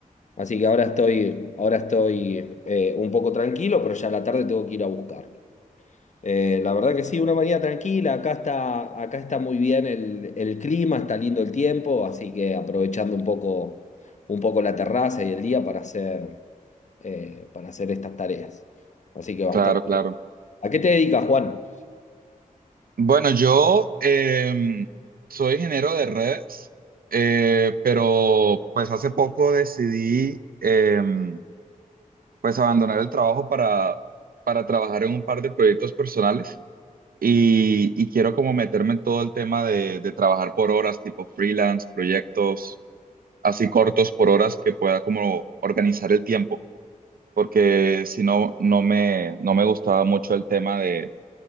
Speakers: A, on the left; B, on the right.
A: Así que ahora estoy, ahora estoy eh, un poco tranquilo, pero ya a la tarde tengo que ir a buscarlo. Eh, la verdad que sí, una mañana tranquila, acá está, acá está muy bien el, el clima, está lindo el tiempo, así que aprovechando un poco, un poco la terraza y el día para hacer, eh, para hacer estas tareas. Así que bastante
B: Claro, claro.
A: bien. ¿A qué te dedicas, Juan?
B: Bueno, yo em, soy ingeniero de redes, eh, pero pues hace poco decidí em, pues abandonar el trabajo para, para trabajar en un par de proyectos personales y, y quiero como meterme en todo el tema de, de trabajar por horas, tipo freelance, proyectos así cortos por horas que pueda como organizar el tiempo, porque si no, no me, no me gustaba mucho el tema de,